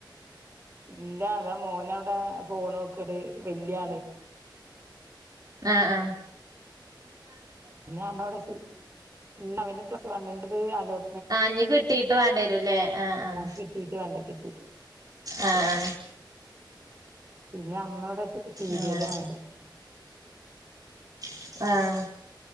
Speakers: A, on the right; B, on the right.
A: ഇല്ല അതാ മോനോവ്ടെ ഫോണോക്ക്ണ് വല്യയാണ്
B: ആ ആ
A: പിന്നെ അമ്മ ഇവിടെ ഇന്ന് അവന് പ്ലസ് വണ്ണിന്റെ ആലോട്
B: ആഞ്ഞ് കിട്ടീയിട്ട് വേണ്ടിരല്ലേ ആഹ്
A: കിട്ടീട്ട് വേണ്ട കിട്ടീട്ട്
B: ആ
A: വേണ്ട
B: ആ
A: പിന്നെ അമ്മ അവടെ സീരിയല്
B: ആഹ്
A: കാണ്ണ്ട്
B: അങ്ങനെ ആഹ്